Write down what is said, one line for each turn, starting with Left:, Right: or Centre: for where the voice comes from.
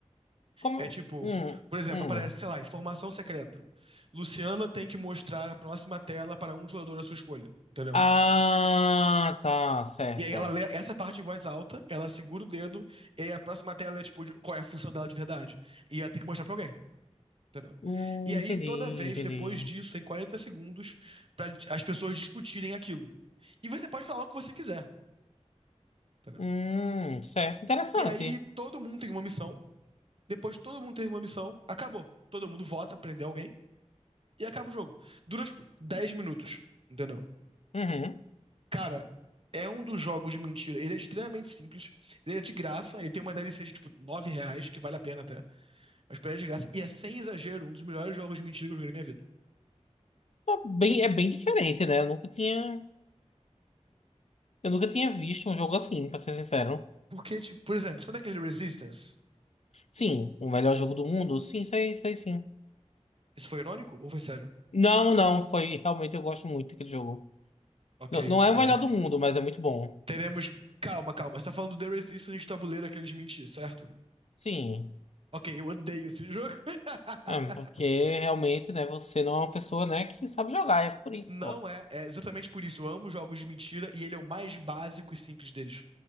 Left: Como.
Right: É tipo,
Left: Hum,
Right: por exemplo,
Left: hum.
Right: aparece, sei lá, informação secreta. Luciana tem que mostrar a próxima tela para um jogador à sua escolha, entendeu?
Left: Ah, tá, certo.
Right: E aí ela lê essa parte em voz alta, ela segura o dedo, e aí a próxima tela é tipo de- qual é a função dela de verdade. E ela tem que mostrar pra alguém. Entendeu?
Left: Hum,
Right: E aí,
Left: entendi,
Right: toda vez
Left: entendi.
Right: depois disso, tem 40 segundos pra as pessoas discutirem aquilo. E você pode falar o que você quiser. Entendeu?
Left: Hum, certo, interessante.
Right: E aí, todo mundo tem uma missão. Depois, todo mundo teve uma missão. Acabou. Todo mundo vota, prender alguém. E acaba o jogo. Dura, tipo, 10 minutos. Entendeu?
Left: Uhum.
Right: Cara, é um dos jogos de mentira. Ele é extremamente simples. Ele é de graça. Ele tem uma DLC de tipo 9 reais, que vale a pena até. Mas pra ele é de graça. E é sem exagero, um dos melhores jogos de mentira que eu joguei na minha vida.
Left: É bem, é bem diferente, né? Eu nunca tinha, eu nunca tinha visto um jogo assim, pra ser sincero.
Right: Porque, tipo, por exemplo, sabe aquele Resistance?
Left: Sim, o melhor jogo do mundo? Sim, sei, sei, sim.
Right: Isso foi irônico ou foi sério?
Left: Não, não, foi, realmente eu gosto muito daquele jogo.
Right: Ok,
Left: Não, não é o
Right: é.
Left: melhor do mundo, mas é muito bom.
Right: Teremos. Calma, calma. Você tá falando do The Resistance de tabuleiro, aquele de mentir, certo?
Left: Sim,
Right: Ok, eu odeio esse jogo. <laughs>
Left: é, porque realmente, né, você não é uma pessoa, né, que sabe jogar, é por isso
Right: Não
Left: só.
Right: é. É exatamente por isso. Eu amo jogos de mentira e ele é o mais básico e simples deles.